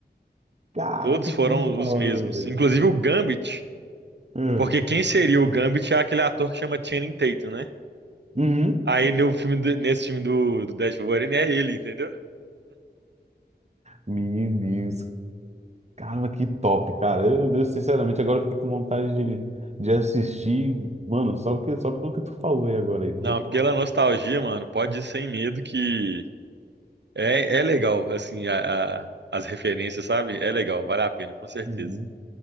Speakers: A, on the right; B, on the right.
A: Caraca,
B: Todos foram
A: que da
B: os
A: hora,
B: mesmos.
A: velho.
B: Inclusive o Gambit.
A: Hum.
B: Porque quem seria o Gambit é aquele ator que chama Channing Tatum, né?
A: Uhum.
B: Aí no filme do- nesse filme do, do Death Wolverine é ele, entendeu?
A: Meu Deus. Caramba, que top, cara. Eu, eu, sinceramente, agora eu fiquei com vontade de, de assistir, mano, só, porque, só pelo que tu falou aí agora. Aí. Falei,
B: Não, pela nostalgia, mano, pode ir sem medo que é, é legal, assim, a, a- as referências, sabe? É legal, vale a pena, com certeza.
A: Uhum.